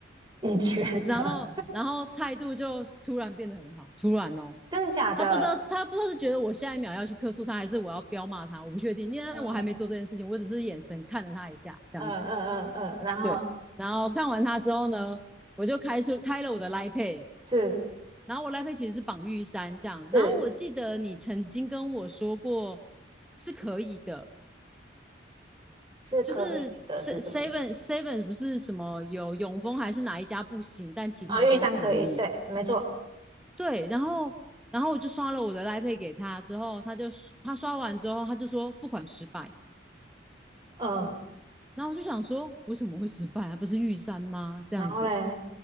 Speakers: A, on the right; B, in the centre.
A: <laughs>，你觉得
B: 然后，然后态度就突然变得很好，突然哦，
A: 真的假的？
B: 他不知道，他不知道是觉得我下一秒要去客诉他，还是我要彪骂他，我不确定，因为我还没做这件事情，
A: 嗯
B: 我只是眼神看了他一下，这样子。
A: 嗯嗯嗯嗯，然后
B: 对，然后看完他之后呢，我就开出开了我的 l i Pay，
A: 是
B: 然后我赖佩其实是绑玉山这样，
A: 是
B: 然后我记得你曾经跟我说过是可以的，
A: 是可以的，
B: 就是 se-
A: 是什么意思？
B: v e n Seven 不是什么有永丰还是哪一家不行，但其他都可以。
A: 啊、玉山可以，对，没错，
B: 对，然后然后我就刷了我的赖佩给他之后，他就他刷完之后他就说付款失败，
A: 嗯，
B: 然后我就想说为什么会失败啊？不是玉山吗？这样子，
A: 然后嘞，